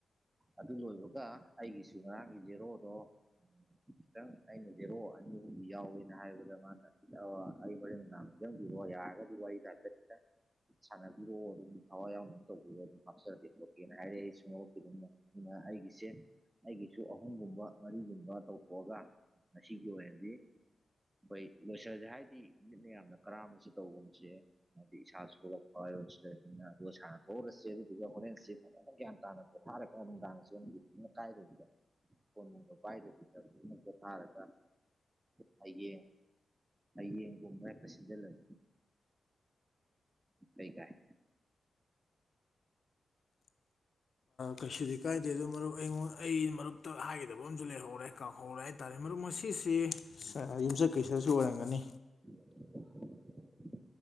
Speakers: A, on the right; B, on the left.
A: ꯑꯗꯨ ꯂꯣꯏꯕꯒ ꯑꯩꯒꯤꯁꯨ ꯉꯔꯥꯡꯒꯤ ꯖꯦꯔꯣꯗꯣ ꯈꯤꯇꯪ ꯑꯩꯅ ꯖꯦꯔꯣ ꯑꯅꯤ ꯑꯍꯨꯝꯗꯤ ꯌꯥꯎꯋꯦꯅ ꯍꯥꯏꯕꯗ ꯃꯥꯅ ꯑꯩ ꯋꯥꯣꯔꯦꯡ ꯗꯥꯅꯥ ꯈꯤꯇꯪ ꯋꯥ ꯌꯥꯔꯒ ꯋꯥꯏ ꯊ ꯁꯤ ꯁꯥꯟꯅꯕꯤꯔꯣꯑꯣ ꯑꯗꯨꯝ ꯊꯋꯥꯏ ꯌꯥꯎꯅ ꯑꯗꯨꯝ ꯇꯧꯕꯤꯔꯣ ꯑꯗꯨꯝ ꯍꯥꯞꯆꯦ ꯂꯣꯀꯦꯅ ꯍꯥꯏꯔꯛꯦ ꯑꯩ ꯁꯨꯡ ꯃꯔꯣꯛ ꯑꯗꯨꯝ ꯑꯩꯒꯤꯁꯦ ꯑꯩꯒꯤꯁꯨ ꯑꯍꯨꯝꯒꯨꯝꯕ ꯃꯔꯤꯒꯨꯝꯕ ꯇꯧꯊꯣꯛꯑꯒ ꯉꯁꯤꯒꯤ ꯑꯣꯏꯅꯗꯤ ꯑꯩꯈꯣꯏ ꯂꯣꯏꯁꯜꯁꯦ ꯍꯥꯏꯗꯤ ꯃꯤꯠꯅ ꯌꯥꯝꯅ ꯀꯔꯝꯝꯕꯁꯨ ꯇꯧꯐꯝꯁꯦ ꯍꯥꯏꯗꯤ ꯏꯁꯥꯁꯨ ꯊꯣꯛꯂꯛꯄ ꯑꯗꯨꯒ ꯁꯥꯟꯅ ꯊꯣꯛꯎꯔꯁꯦ ꯑꯗꯨꯗꯨꯒ ꯍꯣꯔꯦꯟꯁꯦ ꯐꯅ ꯒ꯭ꯌꯥꯟ ꯇꯥꯅ ꯄꯣꯊꯥꯔꯒ ꯅꯨꯡꯗꯥꯡꯁꯦ ꯃꯀꯥꯏꯕꯤꯗ ꯀꯣꯅꯨꯡꯒꯄꯥꯏꯕꯤꯗ ꯄꯣꯊꯥꯔꯒ ꯍꯌꯦꯡ ꯍꯌꯦꯡꯒꯨꯝꯕ ꯍꯦꯛꯇ ꯁꯤꯖꯤꯜꯂꯒ ꯀꯩ ꯀꯥꯏ
B: ꯀꯩꯁꯨꯗꯤ ꯀꯥꯏꯗꯦ ꯑꯗꯨ ꯃꯔꯨꯞ ꯑꯩꯉꯣꯟ ꯑꯩ ꯃꯔꯨꯞꯇ ꯍꯥꯏꯒꯗꯕ ꯑꯃꯁꯨ ꯂꯩꯍꯧꯔꯦ ꯀꯥꯎꯍꯧꯔꯦ ꯍꯥꯏꯇꯥꯥꯔꯦ ꯃꯔꯨꯞ ꯁꯤꯁ ꯌꯨꯝꯆꯠ ꯀꯩꯁꯠꯁꯨ ꯑꯣꯏꯔꯝꯒꯅꯤ
A: <inaudible>